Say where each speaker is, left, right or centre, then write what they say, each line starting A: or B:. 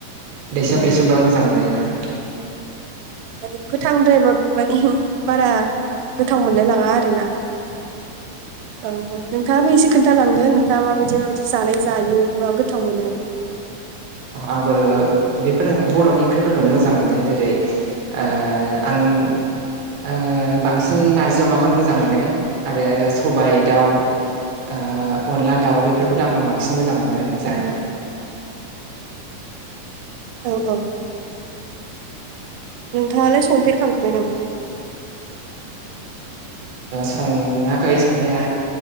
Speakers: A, on the right (about 70°); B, on the right (about 90°).
A: दैसब
B: औ
A: दैसबा मोजां मोनजायोना।
B: माने गोथांद्रायबाबो माने बारा गोथाव मोनलाय लाङा आरोना।
A: <inaudible>
B: औ नोंथाङाबो एसे खोन्थालांदो नोंथाङा माबायदि-माबायदि जानाय जायो बा गोथाव मोनो?
A: आंबो बेफोर बर'नि ओंख्रिफोरखौनो मोजां मोनो। जेरै ओ आं आङो बांसिन नारजि अमाखौनो मोजां मोनो आरो सबायाइ दाउ अनला-दाउ बेफोरखौथ' आं बांसिन मोजां मोनो आरो जानो।
B: औ औ नोंथाङालाय संफेरखांखाबाय नामा?
A: ओ सङाखै संनाया